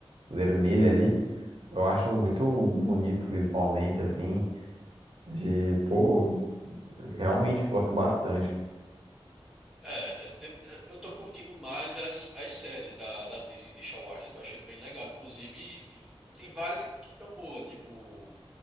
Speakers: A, on the right (about 65°); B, in the centre.
A: vermelha ali. Eu acho muito bonito visualmente, assim. De, pô, realmente gosto bastante.
B: É, as te- é, eu tô curtindo mais as, as séries da, da Disney de Star Wars. Eu tô achando bem legal. Inclusive, e tem várias que estão boas, tipo